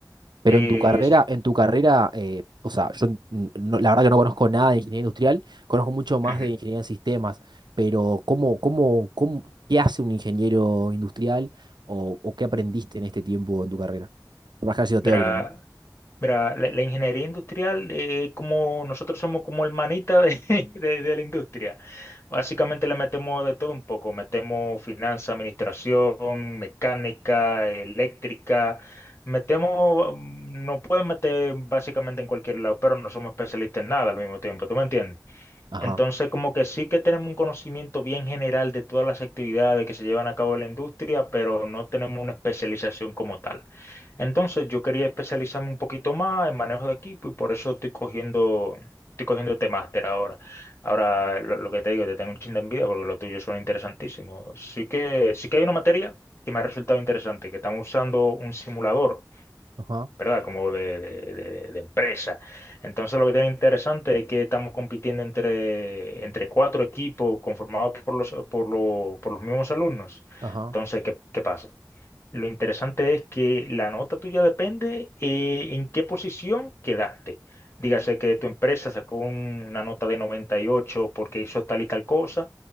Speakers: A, on the right; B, on the left.
A: Pero
B: Eh,
A: en tu carrera,
B: sí.
A: en tu carrera, eh, o sea, yo n- no- la verdad que no conozco nada de ingeniería industrial, conozco mucho más
B: Ujú.
A: de ingeniería en sistemas, pero ¿cómo, cómo, cómo, qué hace un ingeniero industrial o, o qué aprendiste en este tiempo en tu carrera? Por más que haya sido
B: Mira.
A: teórico, ¿no?
B: Mira, la, la ingeniería industrial, eh, como nosotros somos como el manita de, <laughs> de- de la industria, básicamente le metemos de todo un poco, metemos finanzas, administración, mecánica, eléctrica, metemos, mm, nos pueden meter básicamente en cualquier lado, pero no somos especialistas en nada al mismo tiempo, ¿tú me entiendes?
A: Ajá,
B: Entonces, como que sí que tenemos un conocimiento bien general de todas las actividades que se llevan a cabo en la industria, pero no tenemos una especialización como tal. Entonces, yo quería especializarme un poquito más en manejo de equipo y por eso estoy cogiendo, estoy cogiendo este máster ahora. Ahora, lo, lo que te digo, te tengo un chin de envidia porque lo tuyo suena interesantísimo. Sí que, sí que hay una materia que me ha resultado interesante, que estamos usando un simulador
A: ajá,
B: ¿verdad? Como de, de- de- de empresa. Entonces lo que tiene interesante es que estamos compitiendo entre, entre cuatro equipos conformados por los, por lo- por los mismos alumnos.
A: ajá.
B: Entonces, ¿qué, qué pasa? Lo interesante es que la nota tuya depende eh, en qué posición quedaste. Dígase que tu empresa sacó un- una nota de 98 porque hizo tal y tal cosa,